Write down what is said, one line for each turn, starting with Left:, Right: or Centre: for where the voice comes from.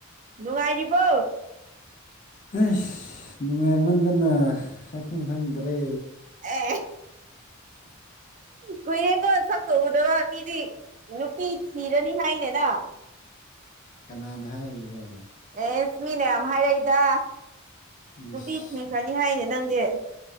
Right: ꯅꯨꯡꯉꯥꯏꯔꯤꯕꯣ
Left: ꯍꯁ ꯅꯨꯡꯉꯥꯏꯃꯟꯗꯅ ꯍꯥꯏꯐꯝ ꯈꯪꯗ꯭ꯔꯦ
Right: ꯍ
Left: <inaudible>
Right: ꯀꯨꯏꯔꯦꯀꯣ ꯁꯛꯀꯎꯗꯕ ꯃꯤꯗꯤ ꯅꯨꯄꯤ ꯊꯤꯔꯅꯤ ꯍꯥꯏꯅꯤꯗ
Left: ꯀꯅꯥꯅ ꯍꯥꯏꯔꯤꯔꯣ
Right: ꯑꯦꯁ ꯃꯤꯅ ꯌꯥꯝ ꯍꯥꯏꯔꯛꯏꯗ
Left: ꯏꯁ
Right: ꯅꯨꯄꯤ ꯊꯤꯈ꯭ꯔꯅꯤ ꯍꯥꯏꯅꯦ ꯅꯪꯗꯤ